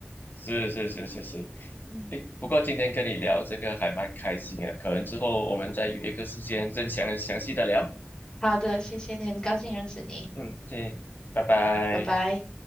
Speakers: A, on the left (about 50°); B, on the left (about 20°).
A: 是是是是是，
B: 嗯，
A: 诶，不过今天跟你聊这个还蛮开心的，可能之后我们再约一个时间再详详细的聊。
B: 好的，谢谢你，很高兴认识你，
A: 嗯，对，拜拜。
B: 拜拜。